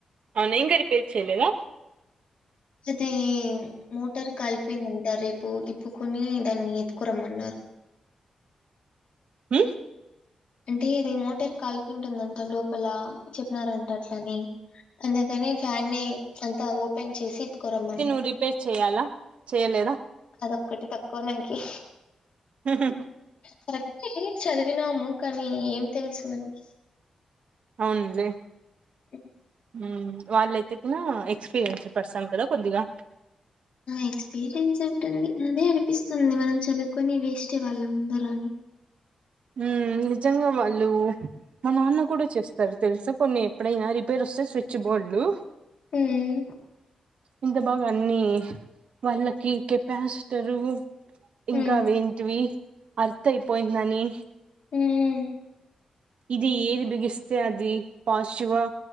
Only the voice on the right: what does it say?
అవునా ఇంగ రిపేర్ చేయలేదా
ఉమ్
నువ్వు రిపేర్ చెయ్యాలా చేయలేదా
ఉహూ
అవునులే
ఉమ్ వాళ్ళయితే గినా ఎక్స్పీరియన్స్ పర్సన్ కదా కొద్దిగా
ఉమ్ నిజంగా వాళ్ళు మా నాన్న కూడా చేస్తారు తెలుసా కొన్ని ఎప్పుడైనా రిపేర్ వస్తే స్విచ్ బోర్డులు
ఇంత బాగా అన్ని వాళ్ళకి కెపాసిటరు ఇంకా
అవేంటివి అర్థ్ అయిపోయిందని
ఇది ఏది బిగిస్తే అది పాశ్వువా